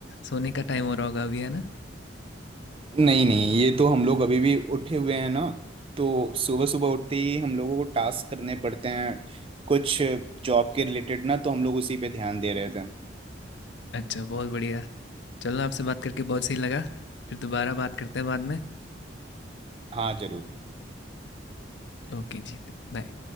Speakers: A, on the left (about 65°); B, on the right (about 30°).
A: सोने का टाइम हो रहा होगा अभी है ना
B: नहीं नहीं ये तो हम लोग अभी भी उठे हुए हैं ना तो सुबह सुबह उठते ही हम लोगों को टास्क करने पड़ते हैं कुछ जॉब के रिलेटेड ना तो हम लोग उसी पे ध्यान दे रहे थे
A: अच्छा बहुत बढ़िया चलो आपसे बात करके बहुत सही लगा फिर दोबारा बात करते हैं बाद में
B: हाँ जरूर
A: ओके जी बाय